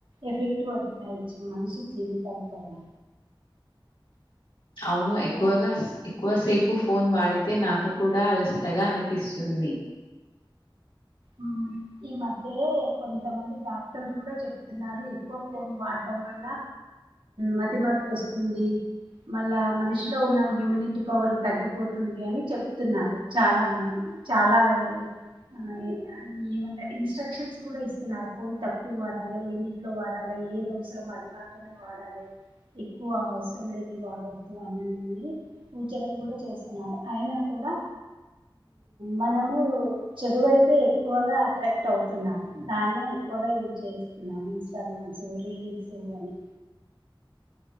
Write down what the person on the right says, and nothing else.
ఎఫెక్ట్ పడుతున్నాయి మనిషి జీవితం పైన
ఉమ్, ఈ మధ్య కొంతమంది డాక్టర్లు కూడా చెప్తున్నారు ఎక్కువ ఫోన్ వాడడం వల్ల మతిమరుపు వస్తుంది మళ్ళ మనిషిలో ఉన్న ఇమ్మ్యూనిటి పవర్ తగ్గిపోతుంది అని చెప్తున్నారు చాలా మంది చాలా ఆ ఇ ఇన్స్ట్రక్షన్స్ కూడా ఇస్తున్నారు ఫోన్ తక్కువ వాడాలే లిమిట్ లో వాడాలే ఏది అవసరం అది మాత్రమే వాడలే ఎక్కువ అవసరం లేని వాడొద్దు అన్ని సూచనలు కూడా చేస్తున్నారు అయినా కూ డా మనము చెడువైపే ఎక్కువగా అట్రాక్ట్ అవుతున్నాము దాన్ని ఎక్కువగా యూజ్ చేస్తున్నాము ఇన్స్టాగ్రామ్స్ రీల్స్ అని